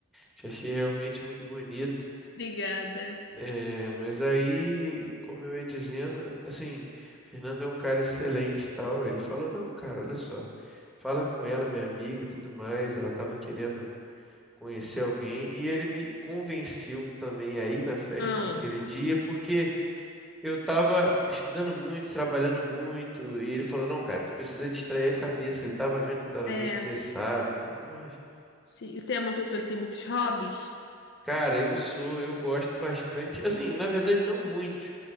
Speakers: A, in the centre; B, on the left (about 60°).
A: Te achei realmente muito bonita.
B: Obrigada.
A: É, mas aí, como eu ia dizendo, assim, Fernando é um cara excelente e tal. Ele falou: Não, cara, olha só, fala com ela, minha amiga e tudo mais. Ela estava querendo conhecer alguém e ele me convenceu também aí na festa
B: Ah,
A: naquele dia, porque. eu tava estudando muito, trabalhando muito, e ele falou: Não, cara, tu precisa distrair a cabeça. Ele tava vendo que eu tava
B: é,
A: meio estressado e tudo mais.
B: se você é uma pessoa que tem muitos hobbies,
A: Cara, eu sou, eu gosto bastante. Assim, na verdade, não muito.